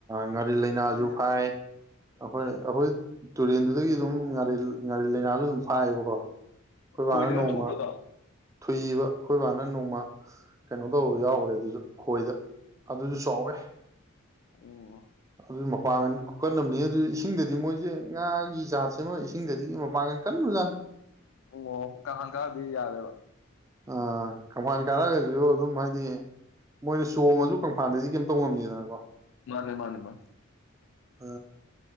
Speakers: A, on the right (about 15°); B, on the left (about 70°).
A: ꯉꯥꯔꯤ ꯂꯥꯏꯅꯥꯁꯨ
B: ꯅꯣꯏ
A: ꯐꯥꯏ ꯑꯩꯈꯣꯏ
B: ꯎꯝ
A: ꯑꯩꯈꯣꯏ ꯇꯨꯔꯦꯟꯗꯨꯗꯒꯤ ꯑꯗꯨꯝ ꯉꯥꯔꯤ ꯉꯥꯔꯤ ꯂꯥꯏꯅꯥꯁꯨ ꯑꯗꯨꯝ ꯐꯥꯏꯌꯦꯕꯀꯣ ꯑꯩꯈꯣꯏ ꯏꯕꯥꯅ
B: ꯈꯣꯏꯗꯒ
A: ꯅꯣꯡꯃ
B: ꯊꯨꯕ꯭ꯔꯥ ꯑꯗꯣ
A: ꯊꯨꯏꯕ ꯑꯩꯈꯣꯏꯕꯥꯅ ꯅꯣꯡꯃ ꯀꯩꯅꯣ ꯇꯧꯕ ꯌꯥꯎꯈ꯭ꯔꯦ ꯑꯗꯨꯁꯨ ꯈꯣꯏꯗ ꯑꯗꯨꯁꯨ ꯆꯥꯎꯋꯦ
B: ꯑꯣ
A: ꯑꯗꯨ ꯃꯄꯥꯡꯒꯜ ꯀꯀꯟꯅꯅꯕꯕꯅꯤ ꯑꯗꯨ ꯏꯁꯤꯡꯗꯗꯤ ꯃꯣꯏꯁꯦ ꯉꯥꯒꯤ ꯆꯥꯟꯁꯦ ꯑꯃ ꯏꯁꯤꯡꯗꯗꯤ ꯃꯄꯥꯡꯒꯜ ꯀꯟꯅꯕꯖꯥꯠꯅꯤ
B: ꯑꯣ ꯀꯥ ꯀꯥꯗꯤ ꯌꯥꯔꯦꯕ
A: ꯑ ꯀꯪꯐꯥꯟ ꯀꯥꯔꯛꯑꯒꯁꯨ ꯑꯗꯨꯝ ꯍꯥꯏꯗꯤ ꯃꯣꯏꯅ ꯆꯣꯝꯃꯁꯨ ꯀꯪꯐꯥꯟꯗꯗꯤ ꯀꯩꯝꯇꯧ ꯉꯝꯗꯗꯅꯀꯣ
B: ꯃꯥꯅꯦ ꯃꯥꯅꯦ ꯃꯥ
A: ꯑ